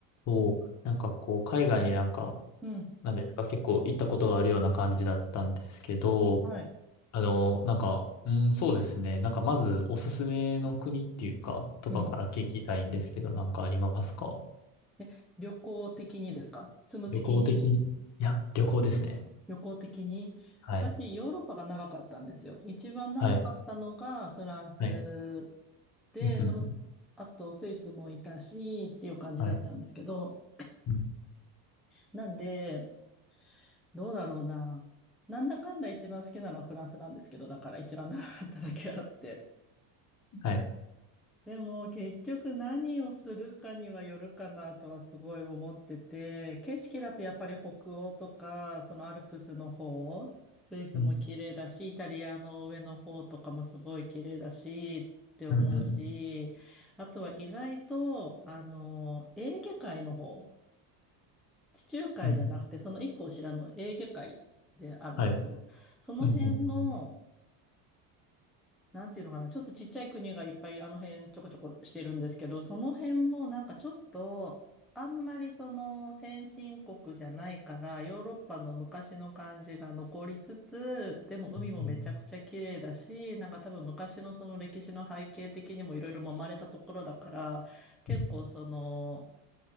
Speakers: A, on the left; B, in the centre.
A: そう、なんかこう、海外になんか、
B: うん。
A: なんですか、結構行ったことがあるような感じだったんですけど、
B: はい。
A: あの、なんか、うん、そうですね。なんかまずおすすめの国っていうか、とかから聞きたいんですけど、
B: うん。
A: なんかありますか
B: え、旅行的にですか住む的に
A: 旅行的に。いや、旅行ですね。
B: 旅行的に私、
A: はい。
B: ヨーロッパが長かったんですよ。一番長かったのがフランス
A: はい。はい。
B: で、
A: うん、うん、
B: その、
A: うん。
B: あとスイスもいたし、っていう感じだったんですけど、
A: はい。うん、
B: なんで、どうだろうな。なんだかんだ一番好きなのはフランスなんですけど、だから一番長かっただけあって。
A: はい。
B: でも結局何をするかにはよるかなとはすごい思ってて、景色だとやっぱり北欧とか、そのアルプスの方、スイスも綺麗だし、
A: うん、
B: イタリアの上の方とかもすごい綺麗だしって思うし、
A: うん、うん。
B: あとは意外と、あの、エーゲ海の方、地中海じゃなくてその一個後ろのエーゲ海であるんですけど、
A: うん、はい。
B: その辺の
A: うん、うん、うん。
B: なんていうのかな、ちょっとちっちゃい国がいっぱいあの辺ちょこちょこしてるんですけど、その辺もなんかちょっと、あんまりその先進国じゃないから、ヨーロッパの昔の感じが残りつつ、でも海もめちゃくちゃ綺麗だし、
A: うん、うん、
B: なんか多分昔のその歴史の背景的にもいろいろ揉まれたところだから、結構その、
A: うん。